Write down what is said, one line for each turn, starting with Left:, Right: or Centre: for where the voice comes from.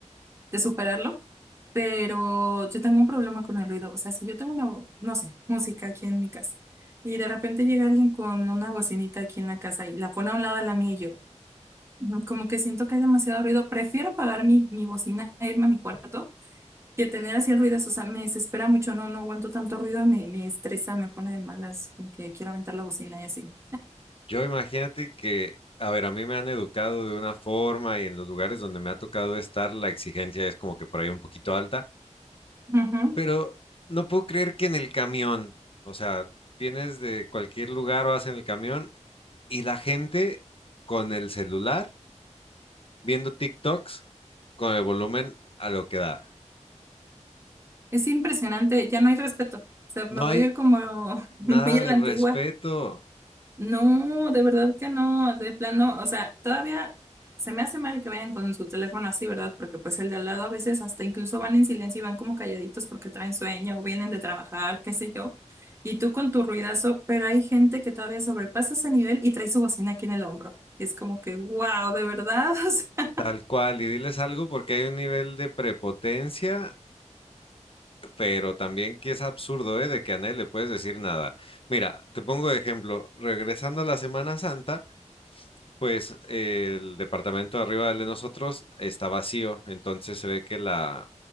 Right: de superarlo. Pero yo tengo un problema con el ruido. O sea, si yo tengo una, no sé, música aquí en mi casa y de repente llega alguien con una bocinita aquí en la casa y la pone a un lado de la mía y yo, mm, como que siento que hay demasiado ruido, prefiero apagar mi, mi bocina e irme a mi cuarto que tener así el ruido. O sea, me desespera mucho, no, no aguanto tanto ruido, me, me estresa, me pone de malas, como que quiero aventar la bocina y así.
Left: Yo imagínate que, a ver, a mí me han educado de una forma y en los lugares donde me ha tocado estar, la exigencia es como que por ahí un poquito alta,
Right: Ujú.
Left: pero no puedo creer que en el camión, o sea, vienes de cualquier lugar o vas en el camión y la gente con el celular viendo TikToks con el volumen a lo que da.
Right: Es impresionante, ya no hay respeto. O sea, me
Left: No
Right: voy
Left: hay
Right: a ir como <laughs> muy
Left: nada
Right: a
Left: de
Right: la
Left: respeto
Right: antigua. No, de verdad que no, de plano, o sea, todavía se me hace mal que vayan con su teléfono así, ¿verdad? Porque pues el de al lado a veces hasta incluso van en silencio y van como calladitos porque traen sueño o vienen de trabajar, qué sé yo, y tú con tu ruidazo, pero hay gente que todavía sobrepasa ese nivel y trae su bocina aquí en el hombro. Y es como que, wow, de verdad, <laughs> o sea,
Left: tal cual y diles algo porque hay un nivel de prepotencia pero también que es absurdo, ¿eh? De que a nadie le puedes decir nada. Mira, te pongo de ejemplo, regresando a la Semana Santa, pues eh, el departamento de arriba del de nosotros está vacío, entonces se ve que la,